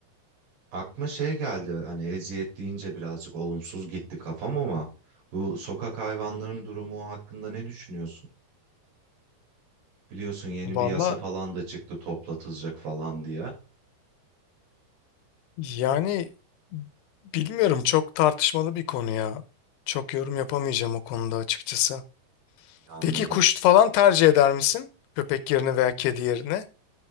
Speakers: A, on the right (about 80°); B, on the left (about 85°).
A: Aklıma şey geldi hani eziyet deyince birazcık olumsuz gitti kafam ama bu sokak hayvanların durumu hakkında ne düşünüyorsun? Biliyorsun yeni
B: Vallahi
A: bir yasa falan da çıktı toplatılacak falan diye
B: Yani bilmiyorum çok tartışmalı bir konu ya. Çok yorum yapamayacağım o konuda açıkçası.
A: anladım.
B: Peki kuş falan tercih eder misin? Köpek yerine veya kedi yerine?